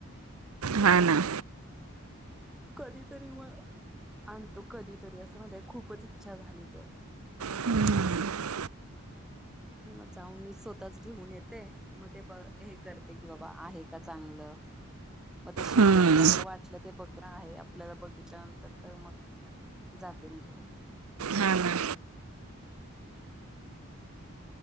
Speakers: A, on the right; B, in the centre.
A: हा... ना.
B: कधीतरी म.... आणतो कधीतरी असं.. खूपच इच्छा झाली तर.
A: <inaudible>
B: म... जाऊन मी स्वतःच घेऊन येते. मग ते ब.. हे.... करते, की बाबा आहे का चांगलं. मग ते शिजेल
A: हम्म,
B: का? जर वाटलं, ते बकर आहे.... आपल्याला बघितल्यानंतर तर मग. जातीनं घेऊन म..
A: हा ना